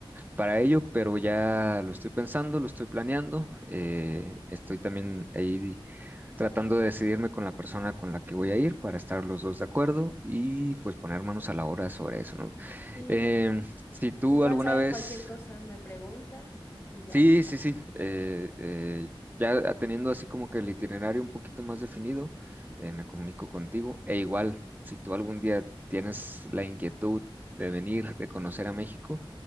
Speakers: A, on the right (about 20°); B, on the left (about 30°).
A: para ello, pero ya lo estoy pensando, lo estoy planeando. eh, estoy también ahí tratando de decidirme con la persona con la que voy a ir para estar los dos de acuerdo y pues poner manos a la obra sobre eso, ¿no?
B: Sí,
A: Em, si tú
B: igual
A: alguna
B: sabes
A: vez...
B: cualquier cosa, me preguntas y ya.
A: Sí, sí, sí. eh, eh, ya teniendo así como que el itinerario un poquito más definido, eh, me comunico contigo. E igual, si tú algún día tienes la inquietud de venir, de conocer a México,